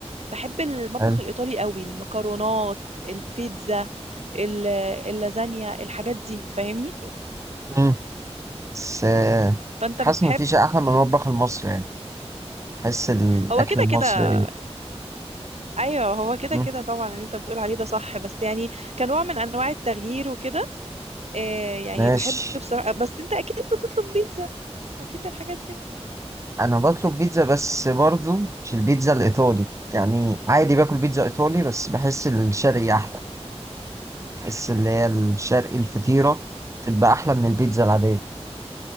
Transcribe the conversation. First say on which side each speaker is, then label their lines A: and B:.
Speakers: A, on the right; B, on the right.
A: بحب المطبخ
B: حلو.
A: الايطالي قوي المكرونات البيتزا ال- اللازانيا الحاجات دي فاهمني
B: مم. بس آه،
A: فانت
B: حاسس
A: بتحب
B: ان مفيش احلى من المطبخ المصري يعني حس الاكل
A: هو كده
B: المصري
A: كده ايوه هو كده
B: مم.
A: كده طبعا اللي انت بتقول عليه ده صح بس يعني كنوع من انواع التغيير وكده آه يعني
B: ماشي
A: بحب بصراحة بس انت اكيد بتطلب بيتزا اكيد الحاجات دي
B: انا بطلب بيتزا بس برضو مش البيتزا الايطالي يعني عادي باكل بيتزا ايطالي بس بحس الشرقي احلى بحس اللي هي الشرقي الفطيره تبقى احلى من البيتزا العاديه